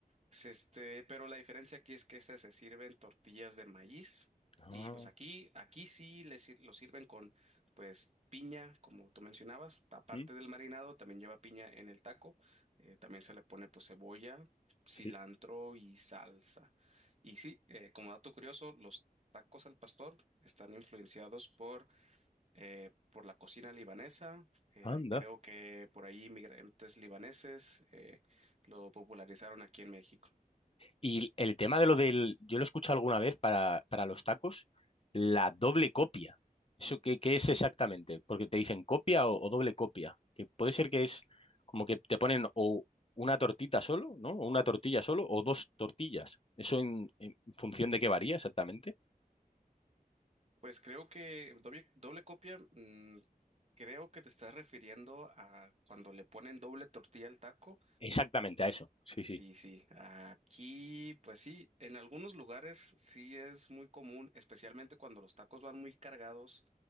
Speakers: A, on the right; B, on the left.
A: Es Este, pero la diferencia aquí es que esas se sirven tortillas de maíz
B: Ah,
A: y pues aquí, aquí sí le sir- lo sirven con pues piña, como tú mencionabas, aparte
B: mm,
A: del marinado también lleva piña en el taco, eh, también se le pone pues cebolla, cilantro
B: sí,
A: y salsa. Y sí, eh, como dato curioso, los tacos al pastor están influenciados por, eh, por la cocina libanesa, eh,
B: anda.
A: creo que por ahí inmigrantes libaneses eh, lo popularizaron aquí en México.
B: Y el tema de lo del, yo lo he escuchado alguna vez para, para los tacos, la doble copia. ¿Eso qué, qué es exactamente? Porque te dicen copia o, o doble copia. Que puede ser que es como que te ponen o una tortita solo, ¿no? O una tortilla solo o dos tortillas. ¿Eso en, en función de qué varía exactamente?
A: Pues creo que doble, doble copia, mm, creo que te estás refiriendo a cuando le ponen doble tortilla al taco.
B: Exactamente, a eso. Sí,
A: Sí,
B: sí.
A: sí, aquí pues sí, en algunos lugares sí es muy común, especialmente cuando los tacos van muy cargados,